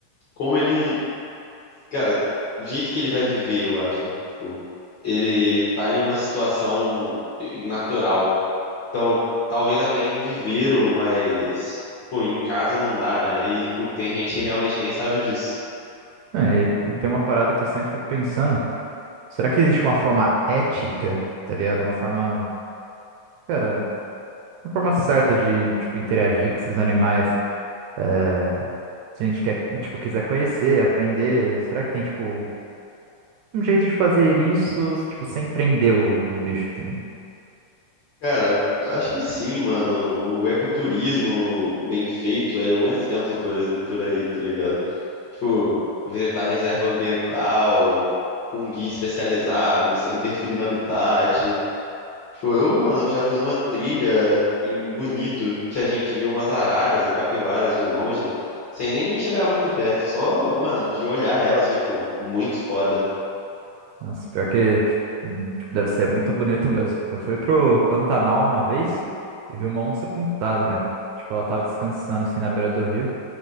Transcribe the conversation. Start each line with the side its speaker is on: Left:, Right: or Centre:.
Left: como ele Cara, o jeito que ele vai viver, eu acho. Tipo, ele tá em uma situação eh, natural. Então, talvez até em um viveiro, mas, pô, em casa não dá, né? E, tipo, tem gente que realmente nem sabe disso.
Right: É, e tem uma parada que eu sempre fico pensando. Será que existe uma forma ética, tá ligado? Uma forma Cara, uma forma certa de, tipo, interagir com esses animais. é, Se a gente quer, tipo, quiser conhecer, aprender, será que tem, tipo, um jeito de fazer isso, tipo, sem prender o, o bicho, tá ligado?
Left: Cara, acho que sim, mano. O ecoturismo bem feito é um exemplo por, por aí, tá ligado? Tipo, visitar reserva ambiental, com guia especializado, sem interferir no habitat. Tipo, eu, mano, já fui numa trilha em Bonito que a gente viu umas araras e capivaras de longe, sem nem chegar muito perto, só, mano, de olhar elas foi, tipo, muito foda.
Right: Nossa, pior que hum, deve ser muito bonito mesmo. Eu fui pro Pantanal uma vez e vi uma onça pintada, cara. Tipo, ela tava descansando, assim, na beira do rio.